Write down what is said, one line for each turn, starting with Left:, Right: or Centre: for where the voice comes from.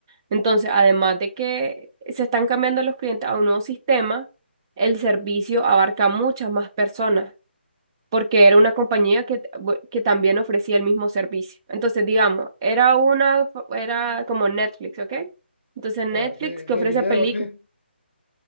Right: Entonces, además de que se están cambiando los clientes a un nuevo sistema, el servicio abarca muchas más personas porque era una compañía que, bu- que también ofrecía el mismo servicio. Entonces, digamos, era una, era como Netflix, ¿ok? Entonces, Netflix
Left: Ah, de,
Right: que
Left: de
Right: ofrece
Left: video,
Right: películas,
Left: sí.